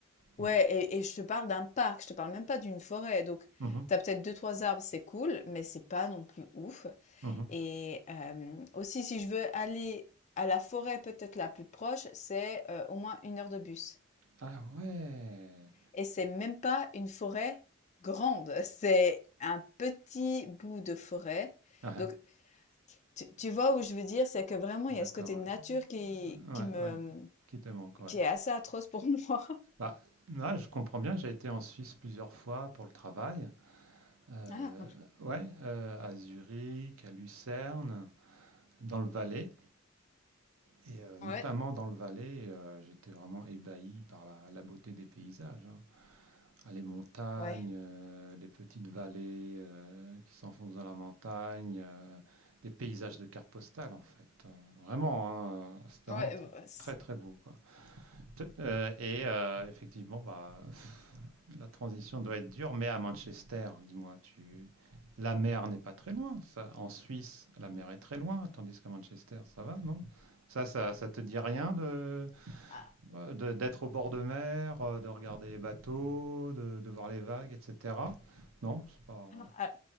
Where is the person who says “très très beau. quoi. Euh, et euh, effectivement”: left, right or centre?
Right